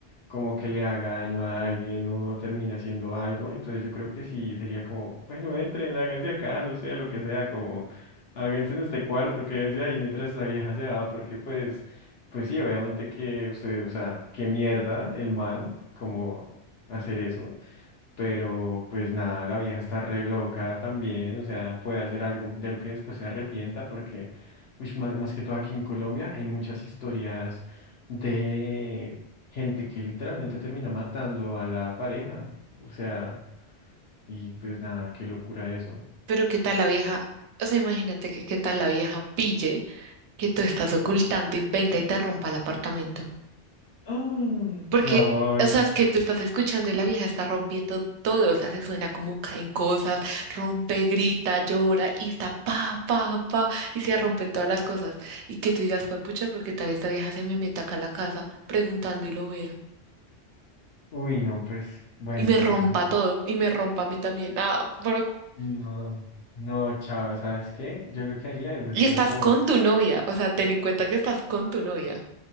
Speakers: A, on the left (about 65°); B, on the right (about 80°).
A: como que le haga daño a alguien o termine haciendo algo, entonces yo creo que sí sería como, bueno, entren, háganse acá, no sé, lo que sea, como, háganse en este cuarto, quédense ahí mientras esa vieja se va, porque pues, pues sí, obviamente que usted, o sea, qué mierda el man, como hacer eso. Pero pues nada, la vieja está re loca también, o sea, puede hacer algo de lo que después se arrepienta porque, uy, más, más que todo aquí en Colombia hay muchas historias de gente que literalmente termina matando a la pareja, o sea, y pues nada, qué locura eso.
B: Pero qué tal la vieja, o sea, imagínate que qué tal la vieja pille que tú estás ocultando y venga y te rompa el apartamento.
A: Mm.
B: Porque,
A: No,
B: o sea, es que tú estás escuchando y la vieja está rompiendo todo, o sea, se suena como caen cosas, rompe, grita, llora y está pa, pa, pa, y se rompen todas las cosas. Y que tú digas, fue pucha, porque tal esta vieja se me meta acá a la casa preguntando y lo vea,
A: uy, no, pues bueno,
B: y me rompa
A: no, sí.
B: todo, y me rompa a mí también. Ah, pero-
A: No, no, chao, ¿sabes qué? Yo lo que haría es decirles
B: Y estás
A: como...
B: con tu novia, o sea, ten en cuenta que estás con tu novia.